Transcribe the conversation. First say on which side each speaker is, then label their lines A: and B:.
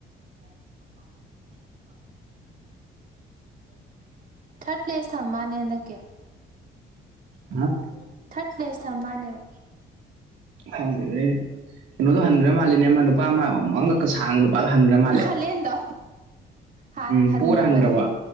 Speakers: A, on the right; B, on the right.
A: ꯇ ꯐꯥꯎ ꯊꯠ ꯊꯔꯦ <unintelligible> ꯊꯥꯔꯠ ꯄ꯭ꯂꯦꯁ ꯊꯝ ꯃꯥꯜꯅꯦ ꯍꯟꯗꯛꯀꯤ
B: ꯑ <unintelligible>
A: ꯊꯥꯔꯠ ꯄꯂꯦꯁ ꯊꯝꯕꯅꯦꯕ
B: ꯍꯪꯗꯦꯗ ꯀꯩꯅꯣꯗꯣ ꯍꯟꯈ꯭ꯔ ꯃꯥꯜꯂꯤꯅꯦ ꯑꯃ ꯅꯨꯄꯥ ꯑꯃ ꯃꯉꯛꯀ ꯁꯥꯡꯕꯗꯣ ꯄꯜ ꯍꯪꯒꯥꯝ
A: ꯍꯥꯂꯦꯟꯗꯣ ꯍꯥꯟ
B: ꯎꯝ
A: ꯍꯟꯒ꯭ꯔꯕꯅꯤ
B: ꯄꯣꯔ ꯍꯟꯈ꯭ꯔꯕ